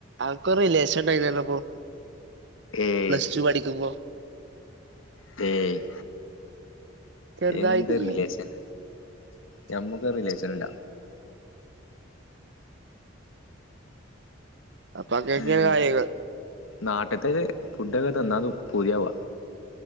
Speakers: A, on the right (about 60°); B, on the left (about 85°).
A: അവ്ക്കൊരു റിലേഷൻ ണ്ടായിന്യല്ലോ പ്പോ
B: ഏയ്
A: പ്ലസ് ടു പഠിക്കുമ്പോ
B: തേയ്
A: ചെറുതായിട്ടുണ്ട്
B: എന്ത് റിലേഷൻ ഞമ്മക്കൊരു റിലേഷനുല്ല
A: അപ്പൊ അങ്ങനെയൊക്കെയാണ്
B: ഉം
A: കാര്യങ്ങൾ
B: നാട്ടത്താക്കെ ഫുഡൊക്കെ തിന്നാനു പുതിയാവാ